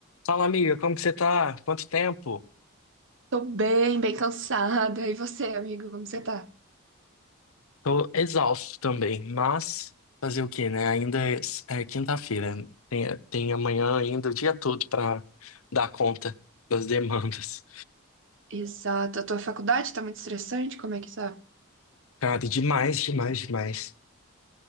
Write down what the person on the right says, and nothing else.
Tô bem, bem cansada. E você, amigo, como você tá?
Exato. A tua faculdade tá muito estressante? Como é que tá?